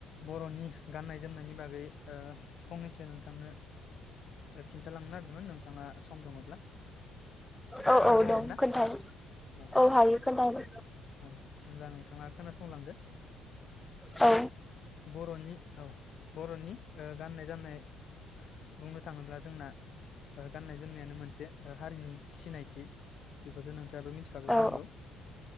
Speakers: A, on the left; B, in the centre.
A: बर'नि गाननाय जोमनायनि बागै ओ फंनैसो नोंथांनो खिन्थालांनो नागदोंमोन नोंथाङा सम दङब्ला
B: औ
A: खोन्थानो
B: औ
A: हागोन
B: दं
A: ना
B: खोन्थाय
A: औ
B: हायो खोन्थाहरनो
A: औ होमबा नोंथाङा खोनासंलांदो
B: औ
A: बर'नि औ बर'नि ओ गाननाय जामनाय बुंनो थाङोब्ला जोंना ओ गाननाय जोंनियानो मोनसे ओ हारिनि सिनायथि बेखौथ' नोंथाङाबो मिथिखागौ जानांगौ
B: औ